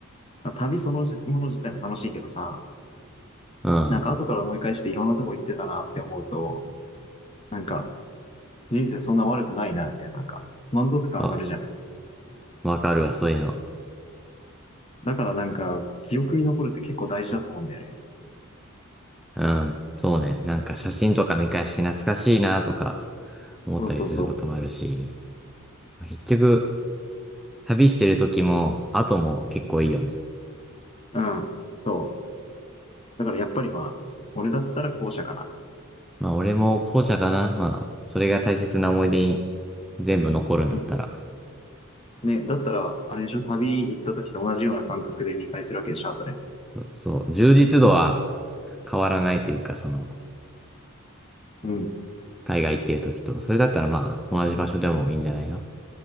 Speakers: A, on the left; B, in the centre.
A: 旅そのじもの自体も楽しいけどさ、
B: ー、うん。
A: なんか後から思い返していろんなとこ行ってたなって思うと、なんか人生そんな悪くないなみたいな、なんか満足感上がるじゃん。
B: わ、わかるわ、そういうの。
A: だからなんか記憶に残るって結構大事だと思うんだよね。
B: うん、そうね。なんか写真とか見返して懐かしいなとか思ったりすることもあるし、
A: そうそうそう。
B: まあ結局、旅してる時も後も結構いいよね。
A: うん。そう。だからやっぱりまあ、俺だったら後者かな。
B: まあ俺も後者かな。まあ、それが大切な思い出に全部残るんだったら。
A: うん。ね、だったら、あれでしょ旅行った時と同じような感覚で見返するわけでしょ後で。
B: そう、そう、充実度は変わらないというか、その、
A: うん。
B: 海外行ってる時と、それだったらまあ同じ場所でもいいんじゃないの